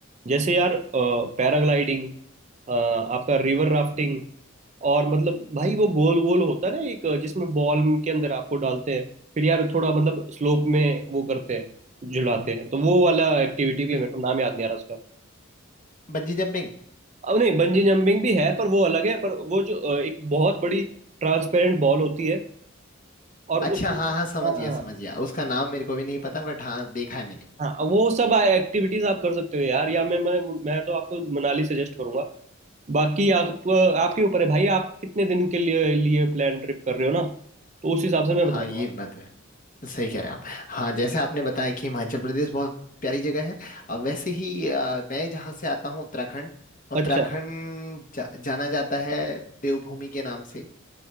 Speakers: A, on the right; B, on the left.
A: जैसे यार पैराग्लाइडिंग आपका रिवर राफ्टिंग और मतलब भाई वो गोल गोल होता है ना एक जिसमें बॉल के अंदर आपको डालते हैं फिर यार थोड़ा मतलब स्लोप में वो करते हैं झुलाते हैं तो वो वाला एक्टिविटी भी
B: बिल्कुल
A: है मेरे को नाम याद नहीं आ रहा उसका
B: Bungee jumping
A: अब नहीं बंजी जंपिंग भी है पर वो अलग है पर वो जो अ, एक बहुत बड़ी ट्रांसपेरेंट बॉल होती है और
B: अच्छा
A: उस
B: हाँ हाँ समझ
A: हाँ
B: गया समझ गया उसका नाम मेरे को भी नहीं पता बट हाँ देखा है मैंने
A: हाँ वो सब एक्टिविटीज आप कर सकते हो यार या मैं मैं, मैं तो आपको मनाली सजेस्ट करूंगा बाकी आप आपके ऊपर है भाई आप कितने दिन के लिए लिए प्लान ट्रिप कर रहे हो ना तो उस हिसाब से मैं
B: हाँ
A: बताऊंगा
B: ये बात है सही कह रहे हैं आप हाँ जैसे आपने बताया कि हिमाचल प्रदेश बहुत प्यारी जगह है और वैसे ही अ, मैं जहाँ से आता हूँ उत्तराखंड उत्तराखंड
A: अच्छा
B: जा, जाना जाता है देवभूमि के नाम से